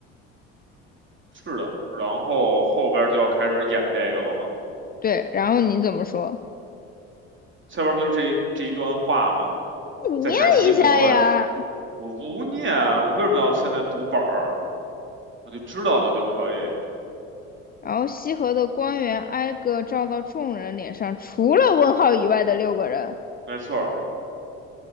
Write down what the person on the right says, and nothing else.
是的。然后后边儿就要开始演这个了嘛，
下边儿不就是这一这一段话吗？
在下西河，我不念，我为什么要现在读本儿？我就知道的就可以。
没错儿，